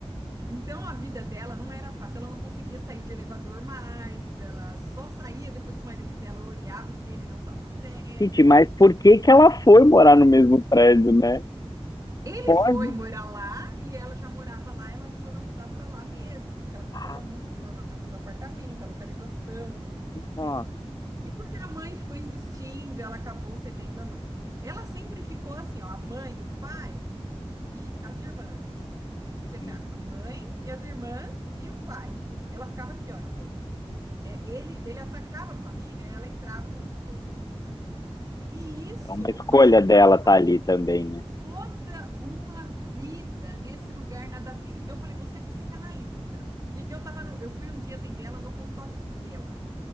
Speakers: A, on the right; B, on the left.
A: Então a vida dela não era fácil, ela não conseguia sair de elevador mais, ela só saía depois que o marido dela olhava se ele não estava no prédio.
B: Gente, mas por que que ela foi morar no mesmo prédio, né?
A: Ele
B: Pode.
A: foi morar lá e ela já morava lá, ela resolveu mudar para lá mesmo, porque ela gostava
B: Ah,
A: muito do formato do apartamento, a localização, tudo.
B: nossa.
A: E porque a mãe ficou insistindo, ela acabou cedendo à mãe. Ela sempre ficou assim, ó, a mãe, o pai e as irmãs. Mas assim,
B: Hum,
A: ó, a mãe e as irmãs e o pai. Ela ficava aqui, ó, no meio. É, ele, ele atacava a família, ela entrava como escudo. E isso
B: É uma escolha
A: machucou
B: dela
A: demais
B: estar ali também, né?
A: toda uma vida nesse lugar nada a ver. Então eu falei, você é psicanalista. E eu tava no, eu fui um dia atender ela no consultório dela.